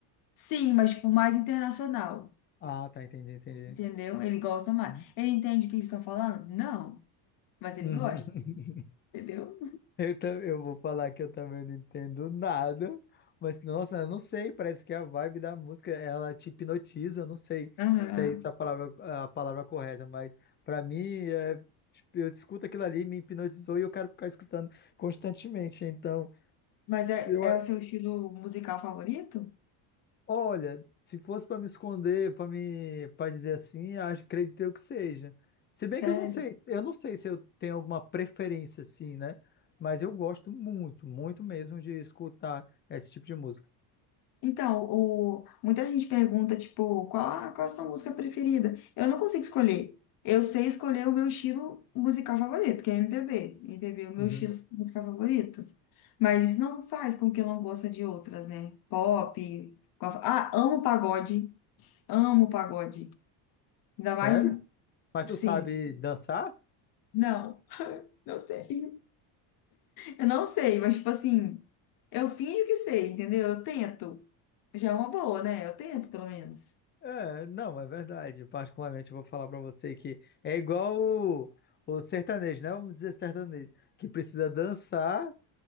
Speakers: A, on the left; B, on the left.
A: Sim, mas, tipo, mais internacional,
B: Ah, tá, entendi, entendi.
A: entendeu? Ele gosta mais.
B: Uhum.
A: Ele entende o que eles estão falando? Não, mas ele
B: <laughs>
A: gosta, entendeu?
B: Eu, ta- eu vou falar que eu também não entendo nada, mas nossa, eu não sei, parece que a vibe da música, ela te hipnotiza, eu não sei
A: Aham.
B: se é essa a palavra, a palavra correta, mas pra mim, é, tipo, eu escuto aquilo ali, me hipnotizou e eu quero ficar escutando constantemente, então
A: Mas é,
B: eu,
A: é o seu estilo musical favorito?
B: Olha, se fosse para me esconder, para me, para dizer assim, acho, acredito eu que seja. Se bem
A: Sério?
B: que eu não sei, eu não sei se eu tenho alguma preferência assim, né? Mas eu gosto muito, muito mesmo de escutar esse tipo de música.
A: Então, o, muita gente pergunta, tipo, qual, a- qual a sua música preferida? Eu não consigo escolher. Eu sei escolher o meu estilo musical favorito, que é MPB. MPB é o meu
B: Uhum.
A: estilo musical favorito. Mas isso não faz com que eu não goste de outras, né? Pop. qual- Ah, amo pagode. Amo pagode. Ainda
B: Sério?
A: mais,
B: Mas tu
A: sim.
B: sabe dançar?
A: Não, não sei. Eu não sei, mas, tipo assim, eu finjo que sei, entendeu? Eu tento. Já é uma boa, né? Eu tento, pelo menos.
B: É, não, é verdade. Particularmente, eu vou falar para você que é igual o, o sertanejo, né? Vamos dizer sertanejo, que precisa dançar